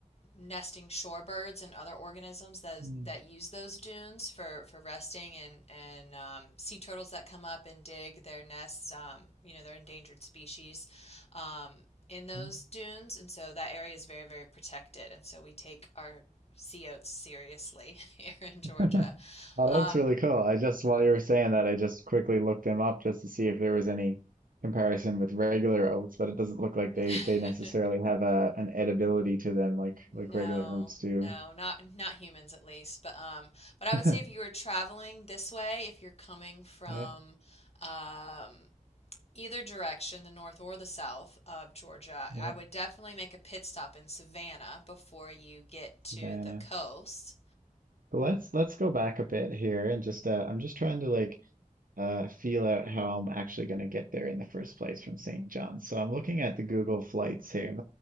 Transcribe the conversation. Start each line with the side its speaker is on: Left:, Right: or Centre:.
Left: nesting shorebirds and other organisms that
Right: Hmm.
Left: that use those dunes for, for resting and and um, sea turtles that come up and dig their nests. Um, you know, they're endangered species. Um, in those
Right: Hmm.
Left: dunes, and so that area is very, very protected. And so we take our sea oats seriously <laughs> here in Georgia.
Right: <laughs> Oh,
Left: Um,
Right: that's really cool. I just, while you were saying that, I just quickly looked them up just to see if there was any comparison with regular oats, but it doesn't look like they
Left: <laughs>
Right: they necessarily have a an edibility to them like like
Left: No,
Right: regular oats do.
Left: no, not not humans at least. But um, but I
Right: <laughs>
Left: would say if you were traveling this way, if you're coming from
Right: Yeah,
Left: um either direction, the north or the south of Georgia,
Right: yeah,
Left: I would definitely make a pit stop in Savannah before you get
Right: Savannah.
Left: to the coast.
Right: But let's let's go back a bit here and just uh, I'm just trying to like uh, feel out how I'm actually going to get there in the first place from St. John's. So I'm looking at the Google flights here,